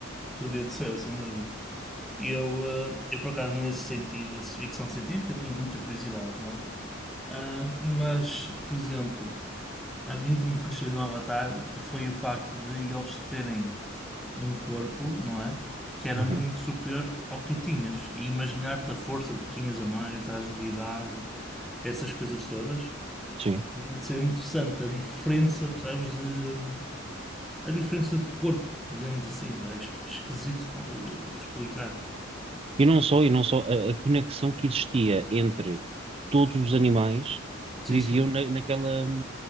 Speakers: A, in the centre; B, on the right.
A: Devia de ser, sem dúvida. E eu, eh, eu, por acaso, nesse sentido, de ficção científica, tinha muita curiosidade, não é? Ah, mas, por exemplo, a mim o que me fascinou no Avatar foi o facto de eles terem um corpo, não é? Que era
B: Uhum.
A: muito superior ao que tu tinhas. E imaginar-te a força que tu tinhas a mais, a agilidade, essas coisas todas,
B: Sim.
A: devia de ser interessante. A diferença, percebes, de. A diferença de corpo, digamos assim, vai, é esquisito eh, explicar.
B: E não só, e não só, a, a conexão que existia entre todos os animais
A: Sim,
B: que viviam
A: sim.
B: na- naquela,